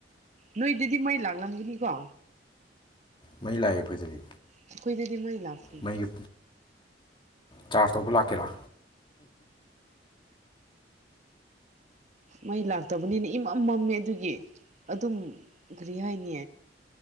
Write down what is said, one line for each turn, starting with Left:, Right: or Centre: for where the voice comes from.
Right: ꯅꯣꯏꯗꯗꯤ ꯃꯩ ꯂꯥꯛꯂꯝꯒꯅꯤꯀꯣ
Left: ꯃꯩ ꯂꯥꯛꯑꯦ ꯐꯖꯔꯦ
Right: ꯑꯩꯈꯣꯏꯗꯗꯤ ꯃꯩ ꯂꯥꯛꯇꯦ
Left: ꯃꯩꯒꯤ ꯆꯥꯔꯖ ꯇꯧꯕ ꯂꯥꯛꯀꯦꯔꯥ
Right: ꯃꯩ ꯂꯥꯛꯇꯕꯅꯤꯅ ꯏꯃꯝꯃꯝꯃꯦ ꯑꯗꯨꯒꯤ ꯑꯗꯨꯝ ꯀꯔꯤ ꯍꯥꯏꯅꯤ